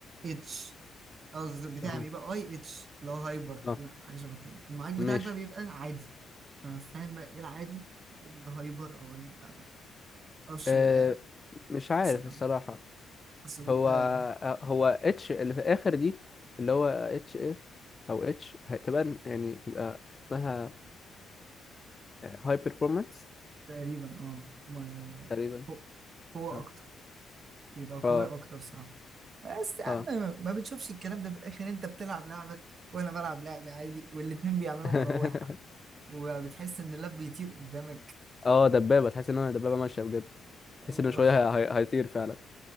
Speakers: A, on the right; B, on the left.
A: اتش قصدي بتاعي
B: اه
A: بيبقى اي اتش اللي هو هايبر تقريبا
B: آه،
A: أو حاجه شبه كده المعالج
B: ماشي
A: بتاعك بقى بيبقى عادي فانا فاهم بقى ايه العادي الهايبر او البتاع ده معرفش
B: أه
A: بيبقى
B: مش عارف
A: مثلا
B: الصراحة
A: حاسه بيبقى
B: هو آه، هو اتش اللي في الآخر دي اللي هو اتش اف أو اتش تبان يعني بيبقى اسمها هاي performance
A: تقريبا اه ما-
B: تقريبا
A: قوه
B: اه
A: اكتر بيبقى
B: اه
A: قوي اكتر صراحه بس يا عم
B: اه
A: ما بتشوفش الكلام ده في الاخر انت بتلعب لعبك وانا بلعب لعبي عادي والاتنين بيعملوا
B: <laughs>
A: مراوح وبتحس ان اللاب بيطير قدامك
B: اه دبابة تحس ان هو دبابة ماشية بجد تحس
A: اه
B: انه شوية هي- هي- هيطير فعلا